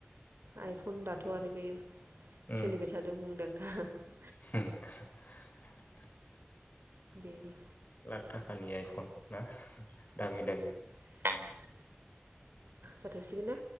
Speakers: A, on the right; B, on the left.
A: आइ दाथ' आरो बे
B: उम
A: सोलिबाय थादों मुंदां <inaudible>
B: <inaudible>
A: बेनो
B: लाख थाखानि आयफन ना दामि दामि
A: होमब्ला जाथ'सिगोन ना?